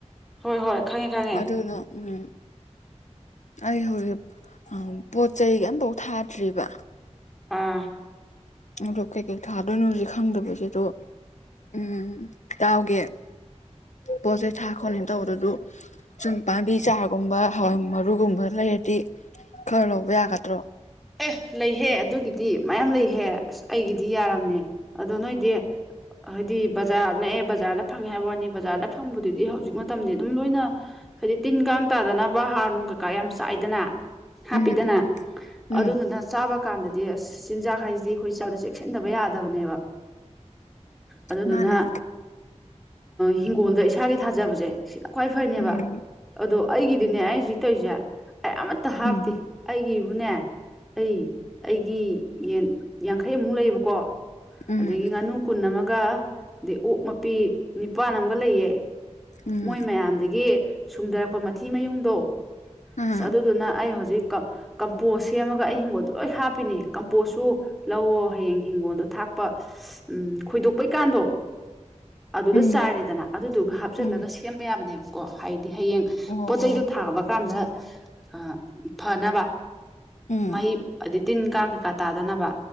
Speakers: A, in the centre; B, on the left (about 75°).
A: ꯍꯣꯏ ꯍꯣꯏ ꯈꯪꯉꯦ ꯈꯪꯉꯦ
B: ꯑꯗꯨꯗꯣ ꯎꯝ ꯑꯩ ꯍꯧꯖꯤꯛ ꯄꯣꯠ ꯆꯩꯩ ꯑꯝꯕꯧ ꯊꯥꯗ꯭ꯔꯤꯕ
A: ꯑꯥ
B: ꯑꯗꯣ ꯀꯩꯀꯩ ꯊꯥꯗꯣꯏꯅꯣ ꯍꯧꯖꯤꯛ ꯈꯪꯗꯕꯒꯤꯗꯣ ꯎꯝ ꯇꯥꯎꯒꯦ ꯄꯣꯠꯆꯩ ꯊꯥ ꯈꯣꯠꯂꯦꯝ ꯇꯧꯔꯖꯨ ꯁꯨꯝ ꯄꯥꯝꯕꯤ ꯆꯥꯔꯒꯨꯝꯕ ꯍꯋꯥꯏ ꯃꯔꯨꯒꯨꯝꯕ ꯂꯩꯔꯗꯤ ꯈꯔ ꯂꯧꯕ ꯌꯥꯒꯗ꯭ꯔꯣ
A: ꯑꯦ ꯂꯩꯍꯦ ꯑꯗꯨꯒꯤꯗꯤ ꯃꯌꯥꯝ ꯂꯩꯍꯦ ꯑꯁ ꯑꯩꯒꯤꯗꯤ ꯌꯥꯔꯝꯃꯦ ꯑꯗꯣ ꯅꯣꯏꯗꯤ ꯍꯥꯏꯗꯤ ꯕꯖꯥꯔ ꯅꯛꯑꯦ ꯕꯖꯥꯔꯗ ꯐꯪꯉꯦ ꯍꯥꯏꯕ ꯋꯥꯅꯤ ꯕꯖꯥꯔꯗ ꯐꯪꯕꯗꯨꯗꯤ ꯍꯧꯖꯤꯛ ꯃꯇꯝꯗꯤ ꯑꯗꯨꯝ ꯂꯣꯏꯅ ꯍꯥꯏꯗꯤ ꯇꯤꯟ ꯀꯥꯡ ꯇꯥꯗꯅꯕ ꯍꯥꯔ ꯅꯨꯡ ꯀꯩꯀꯥ ꯌꯥꯝ ꯆꯥꯏꯗꯅ ꯍꯥꯞꯄꯤꯗꯅ
B: ꯎꯝ
A: ꯑꯗꯨꯗꯨꯅ
B: ꯎꯝ
A: ꯆꯥꯕ ꯀꯥꯟꯗꯗꯤ ꯑꯁ ꯆꯤꯟꯖꯥꯛ ꯍꯥꯏꯁꯤꯗꯤ ꯑꯩꯈꯣꯏ ꯆꯥꯕꯥꯗ ꯆꯦꯛꯁꯤꯟꯗꯕ ꯌꯥꯗꯕꯅꯦꯕ ꯑꯗꯨꯗꯨꯅ
B: ꯃꯥꯅꯦ
A: ꯍꯤꯡꯒꯣꯜꯗ ꯏꯁꯥꯒꯤ ꯊꯥꯖꯕꯁꯦ ꯁꯤꯅ ꯈ꯭ꯋꯥꯏ ꯐꯩꯅꯦꯕ
B: ꯎꯝ
A: ꯑꯗꯣ ꯑꯩꯒꯤꯗꯤꯅꯦ ꯑꯩ ꯍꯧꯖꯤꯛ ꯇꯧꯔꯤꯁꯦ ꯑꯩ ꯑꯃꯠꯇ ꯍꯥꯞꯇꯦ
B: ꯎꯝ
A: ꯑꯩꯒꯤꯕꯨꯅꯦ ꯑꯩ ꯑꯩꯒꯤ ꯌꯦꯟ ꯌꯥꯡꯈꯩꯃꯨꯛ ꯂꯩꯌꯦꯕꯀꯣ
B: ꯎꯝ
A: ꯑꯗꯩ ꯉꯥꯅꯨ ꯀꯨꯟ ꯑꯃꯒ ꯑꯗꯩ ꯑꯣꯛ ꯃꯄꯤ ꯅꯤꯄꯥꯟ ꯑꯃꯒ ꯂꯩꯌꯦ
B: ꯎꯝ
A: ꯃꯣꯏ ꯃꯌꯥꯝꯗꯒꯤ ꯁꯨꯡꯗꯔꯛꯄ ꯃꯊꯤ ꯃꯌꯨꯡꯗꯣ
B: ꯑꯥ
A: ꯑꯁ ꯑꯗꯨꯗꯨꯅ ꯑꯩ ꯍꯧꯖꯤꯛ ꯀꯝꯄꯣꯁ ꯁꯦꯝꯃꯒ ꯑꯩ ꯍꯤꯡꯒꯣꯟꯗ ꯂꯣꯏ ꯍꯥꯞꯄꯤꯅꯦ ꯀꯝꯄꯣꯁꯁꯨ ꯂꯧꯋꯣ ꯍꯌꯦꯡ ꯍꯤꯡꯒꯣꯜꯗꯣ ꯊꯥꯛꯄ ꯎꯝ ꯈꯣꯏꯗꯣꯛꯄꯩ ꯀꯥꯟꯗꯣ ꯑꯗꯨꯗ
B: ꯎꯝ
A: ꯆꯥꯏꯔꯦꯗꯅ ꯑꯗꯨꯗꯨꯒ ꯍꯥꯞꯆꯤꯜꯂꯒ
B: ꯎꯝ
A: ꯁꯦꯝꯕ ꯌꯥꯕꯅꯦꯕꯀꯣ ꯍꯥꯏꯗꯤ ꯍꯌꯦꯡ
B: ꯑꯣ
A: ꯄꯣꯠ ꯆꯩꯗꯣ ꯊꯥꯕ ꯀꯥꯟꯗ ꯑꯥ ꯐꯅꯕ
B: ꯎꯝ
A: ꯃꯍꯩ ꯑꯗꯩ ꯇꯤꯟ ꯀꯥꯡ ꯀꯩꯀꯥ ꯇꯥꯗꯅꯕ